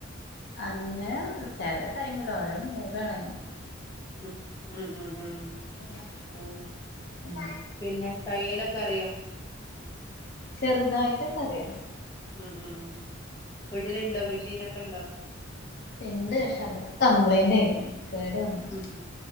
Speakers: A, on the left; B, on the left.
A: അങ്ങെനെ ന്നു ചേലെ ടൈമില് ഓരോ മൂടാണ്
B: ഉം ഉം ഉം
A: തെരക്കല്ല
B: ഉ
A: ഉം
B: പിന്നെ തയ്യലൊക്കെ അറിയോ
A: ചെറുതായിട്ടൊക്കറിയാ
B: ഉം ഉം ഉ വീട്ടിലുണ്ടോ മെഷീനൊക്കെ ഉണ്ടോ
A: പിണ്ട്ഷേ അതൊക്കെ. കംപ്ലൈന്റെയി കേട് വന്ന്.
B: ഉം ഉം